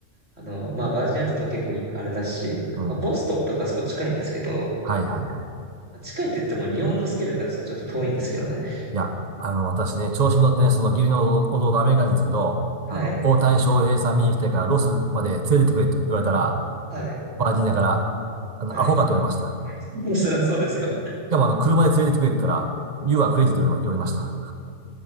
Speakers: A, on the right (about 85°); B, on the right (about 35°).
A: あの、まあバージニアって言っても結構あれだし、
B: うん。
A: まあ、
B: は
A: ボストンとかあそこ近いんですけど、
B: いはいはい。
A: まあ近いって言っても日本のスケールからしたらちょっと遠いんですけどね。
B: いや、あの、私ね、調子に乗ってね、その義理の弟アメリカ人ですけど、
A: はい、
B: あの、大谷翔平さん見に来てからロスまで連れてってくれと言われたら、
A: はい、
B: バージニアから、あの、
A: はい。
B: アホかと言われました。
A: <laughs> そりゃそうですよ。
B: しかも、あの、車で連れてってくれって言ったら、You are crazy と言われま言われました。